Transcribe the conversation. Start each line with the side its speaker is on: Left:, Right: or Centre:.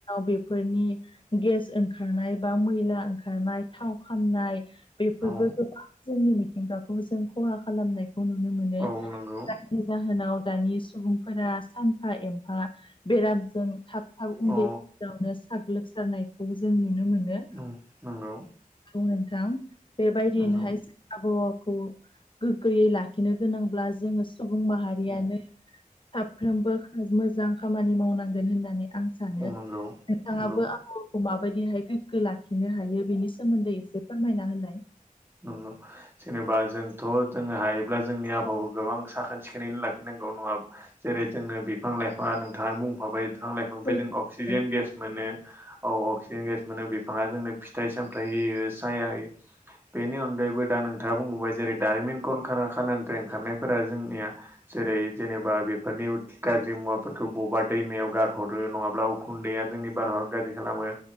Left: बेफोरनि गेस ओंखारनाय बा मैला ओंखारनाय थाव खामनाय बेफोरबो
Right: औ
Left: गोबां जोंनि मिथिंगाखौ जों खहा खालामनायखौ नुनो मोनो
Right: औ नंगौ
Left: नि जाहोनाव दानि सुबुंफोरा सानफा एमफा बेरामजों थाब थाब उन्दै
Right: औ
Left: गावनो साग्लोबसारनायखौबो जों नुनो मोनो।
Right: उ नंगौ
Left: औ नोंथां बेबायदियैनोहाय
Right: नंगौ
Left: आबहावाखौ गोग्गोयै लाखिनो गोनांब्ला जोङो सुबुं माहारियानो साफ्रोमबो मोजां खामानि मावनांगोन होननानै आं सानो
Right: औ नंगौ
Left: नोंथाङाबो
Right: नंगौ
Left: आंखौ- खौ माबायदिहाय गोग्गो लाखिनो हायो बेनि सोमोन्दै एसे फोरमायना होलाय।
Right: नंगौ जेनेबा जोंथ' जोङो हायोब्ला जोंनि आबहावखौ गोबां साखोन सिखोनै लाखिनांगौ नङा होमबा‌? जेरै जोङो बिफां लाइफाङा नोंथाङा बुंफाबाय बिफां लाइफांनिफ्राय
Left: सैथो
Right: जों
Left: नोंथां
Right: अक्सिजेन गेस मोनो। औ अक्सिजेन गेस मोनो बिफाङा जोंनो फिथाइ सामथायाइ होयो साया होयो। बेनि अनगायैबो दा नोंथाङा बुंबोबाय जेरै दारिमिन कलका खानानिफ्राय ओंखारनायफोरा जोंनिया- जेरै जेनेबा बेफोरनि गाज्रि मुवाफोरखौ बबेबा दैमायाव गारहरो नङाब्ला- उखुन्दैया जोंनि बारहावा गाज्रि खालामो‌।